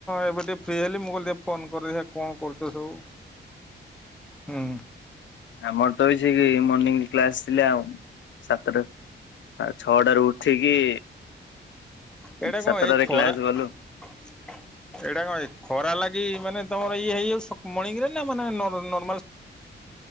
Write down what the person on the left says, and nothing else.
ଆମର ତ ସେ ମର୍ଣିଂ କ୍ଲାସ ଥିଲା ଆଉ ସାତଟା ଆ ଛଅଟାରୁ ଉଠିକି
ସାତଟାରେ
କ୍ଲାସ
ଗଲୁ।